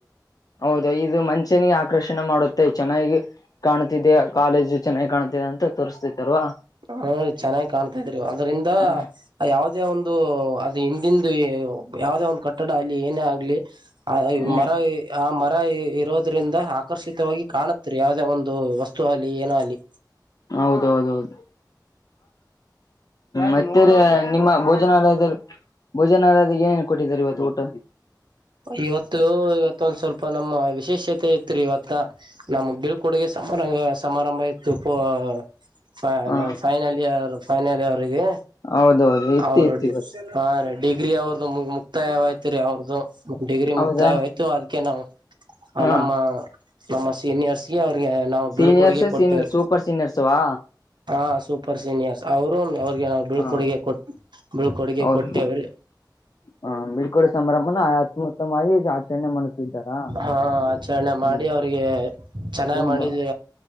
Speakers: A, on the left; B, on the right.
A: ಹೌದ ಇದು ಮಂಚನಿಗೆ ಆಕರ್ಷಣೆ ಮಾಡುತ್ತೆ ಮ ಚೆನ್ನಾಗಿ ಕಾಣ್ತಿದೆ ಕಾಲೇಜು ಚೆನ್ನಾಗಿ ಕಾಣತಿದೆ ಅಂತ ತೋರಿಸ್ತಾರ
B: ಹ್ಮ ಚೆನ್ನಾಗಿ ಕಾಣ್ತಾ ಇದ್ ಅದ್ರಿಂದ
A: ಹ್ಮ್
B: ಯಾವದೇ ಒಂದು ಅದು ಹಿಂದಿಂದು ಯಾವದೇ ಒಂದು್ ಕಟ್ಟಡ ಆಗಲಿ ಏನೇ ಆಗ್ಲಿ
A: ಹ್ಮ್
B: ಮರ ಆ ಮರ ಇರೋದ್ರಿಂದ ಆಕರ್ಷಿತವಾಗಿ ಕಾಣತ್ರಿ ಯಾವದೇ ಒಂದು ವಸ್ತು ಆಲಿ ಏನೋ ಅಲಿ
A: ಹೌದೌದೌದು ಮತ್ತ ನಿಮ್ಮ ಭೋಜನಾಲಯ ಭೋಜನ ಅಲ್ಲದ ಏನೇನ್ ಕೊಟ್ಟಿದಿದ್ದಾರೆ ಇವತ್ತು ಊಟ
B: ಇವತ್ತು ಇವತ್ತ ಒಂದ್ ಸ್ವಲ್ಪ ನಮ್ಮ ವಿಶೇಷ ತೆ ಇತ್ರಿ ಇವತ್ತ ನಮ್ಮ್ ಬೀಳ್ಕಡುಗೆ ಸಮಾರಂ ಸಮಾರಂಭ ಇತ್ತು ಪ
A: ಹ
B: ಫೈನಲ್ರು ಫೈನಲ್ ಅವರಿಗೆ
A: ಹೌದೌದು ಇತ್ತು
B: ಅವರು
A: ಇತ್ತು ಇವತ್ತು
B: ಹ ರ ಡಿಗ್ರಿ ಅವ್ರ್ದು ಮು ಮುಕ್ತಾಯವಯ್ತು ರೀ ಅವ್ರ್ದು ಡಿಗ್ರಿ
A: ಹೌದಾ
B: ಮುಕ್ತಾಯವಯ್ತು ಅದಕ್ಕೆ ನಾವು ಹ
A: ಹಾ
B: ನಮ್ಮ ನಮ್ಮ ಸೀನಿಯರ್ಸ್ಗೆ ಅವರು ನಾವು
A: ಸೀನಿಯರ್ಸ್
B: ಬೆಳ್ಕೊಡುಗೆ ಕೊಟ್ಟೇವೆ
A: ಸೀನಿಯರ್ ಸೂಪರ್ ಸೀನಿಯರ್ಸ್ವಾ
B: ಹ ಸೂಪರ್ ಸೀನಿಯರ್ ಅವರು ಅವ್ರಿಗೆ ನಾವುಳಕ್ಕಡುಗೆ
A: ಹ
B: ಕೊಟ್ಟ ಬೀಳ್ಕೊಡುಗೆ
A: ಹೌದು
B: ಕೊಟ್ಟೇವ್ರಿ
A: ಹ ಬಿಳ್ಕೋಡೆ ಸಂಭ್ರಂಭನ ಅತ್ಯಮತ್ತಮವಾಗಿ ಚೆಣ ಮನಸು ಇದ್ದಾರಾ
B: ಹಾ ಆಚರಣೆ ಮಾಡಿ
A: ಹ್ಮ್
B: ಅವ್ರಿಗೆ ಚೆನ್ನಾಗ್
A: ತುಂಬಾ
B: ಮಾಡಿದ್ವಿ